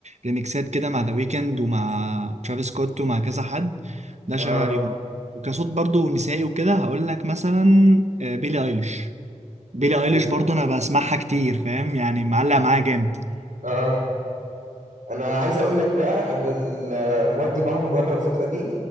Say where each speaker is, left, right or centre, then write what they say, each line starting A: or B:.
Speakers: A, on the right; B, on the right.
A: ريميكسات كده مع ذا ويكند ومع ترافيس سكوت ومع كذا حد ده
B: اه
A: شغال عليهم وكصوت برضو نسائي وكده هقول لك مثلا آه، بيلي ايليش بيلي ايليش
B: أيوة.
A: برضو انا بسمعها كتير فاهم يعني معلق معايا جامد
B: اه انا عايز اقول لك بقى انا ال- مودي معاهم بره الفتره دي